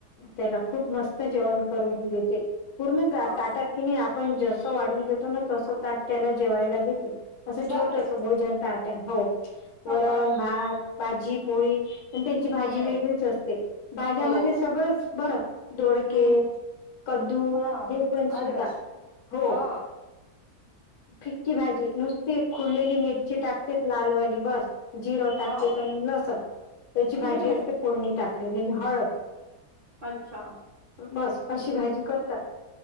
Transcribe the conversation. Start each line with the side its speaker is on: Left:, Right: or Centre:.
Left: त्याला खूप मस्त जेवण करून देते, पूर्ण ताटात
Right: ह
Left: कि नाही आपण जसं वाढून घेतो ना तस ताट त्याला जेवायला दे ते, असं
Right: बापरे
Left: छोटस भोजन ताटये हो, वरण,
Right: हा
Left: भात भाजी, पोळी, पण त्यांची भाजी
Right: हम्म
Left: वेगळीच अस ते, भाज्यामध्ये
Right: हो
Left: सगळंच बरं दोडके.
Right: हम्म
Left: कदू,
Right: हा
Left: हे पण सुद्धा,
Right: अरे वा
Left: हो.
Right: हा
Left: फिक्की भाजी नुसती खुललेली मिरची टाकते लालवाली बस. जिरं टाकत्यात
Right: हा
Left: अन लसण, त्याची
Right: हम्म
Left: भाजी असते फोडणी टाक <unintelligible> हळद.
Right: अच्छा!
Left: बस अशी भाजी करतात.